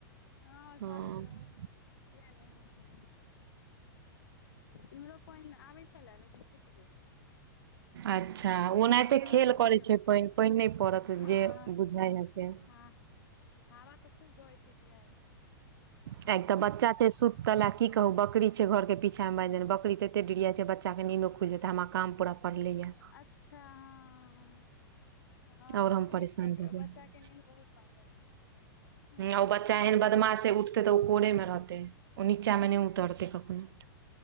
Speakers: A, on the left; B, on the right.
A: हँ
B: हँ
A: करैत रहब। किया नै हँ हँ इम्हरो पानि आबै छैलाए न कि छुटि गेल।
B: अच्छा ओनाहिते
A: हवा तवा
B: खेल
A: बहैया
B: करै छैय, पाइनि नहि पड़त
A: हँ
B: जे बुझाइ ह से,
A: हँ हवा तऽ खूब बहय छैय बिहाइर।
B: तऽ एक तऽ बच्चा छैय सुत- सुतल आ की कहू बकरी छैय घर के पीछामे बानिह देने बकरी त एते डिरियाइ छैय बच्चा केँ नींदो खुलि जेतै हमरा काम पुरा- पड़ले या।
A: अच्छा हँ। हँ
B: और हम
A: उठि
B: परेशान
A: सकै
B: भऽ जेब
A: बच्चा के नींद बहुत पातर। हँ
B: ओ बच्चा एहन बदमाश, उठतै तऽ ओ कोरे मे रहतै ओ नीचा मे नहि उतरतै कखनो।